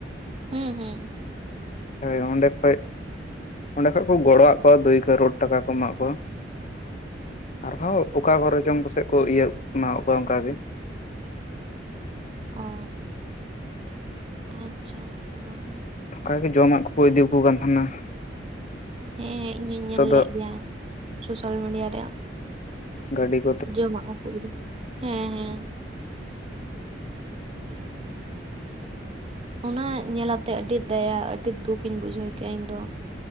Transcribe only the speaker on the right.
ᱦᱮᱸ ᱦᱩᱸ᱾
ᱚᱻ ᱟᱪᱪᱷᱟ ᱦᱚᱸ᱾
ᱦᱮᱸ ᱤᱧᱤᱧ ᱧᱮᱞ
ᱞᱮᱫ ᱜᱮᱭᱟ ᱥᱳᱥᱟᱞ ᱢᱤᱰᱤᱭᱟ ᱨᱮᱭᱚᱜ᱾
ᱡᱚᱢᱟᱜ ᱠᱚ ᱠᱚ ᱤᱫᱤ ᱦᱮᱸ ᱦᱮᱸ ᱚᱱᱟ ᱧᱮᱞ ᱟᱛᱮ ᱟᱹᱰᱤ ᱫᱟᱭᱟ ᱟᱹᱰᱤ ᱫᱩᱠᱤᱧ ᱵᱩᱡᱷᱟᱹᱣ ᱠᱮᱜᱼᱟ ᱤᱧ ᱫᱚ᱾